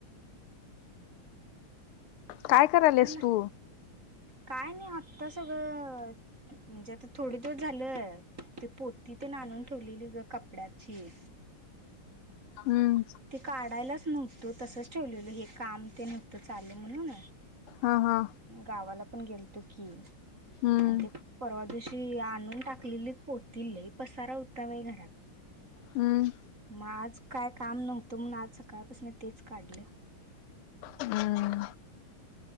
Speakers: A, on the left (about 85°); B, on the right (about 35°).
A: काय करायलस
B: तुला
A: तू.
B: काय नाही आत्ता सगळं म्हणजे आता थोडे दिवस झालं ते पोती ते आणून ठेवलेली ग कपड्याची.
A: हम्म.
B: ते काढायलाच नव्हतं तसच ठेवलेलं हे काम ते नव्हतं चाल म्हणून.
A: हा हा
B: गावाला पण गेलतो की.
A: हम्म
B: आणि ते परवा दिवशी आणून टाकलेली पोती लय पसारा हुता आहे घरात.
A: हम्म.
B: मग आज काय काम नव्हतं म्हणून आज सकाळपासून तेच काढले.
A: हम्म.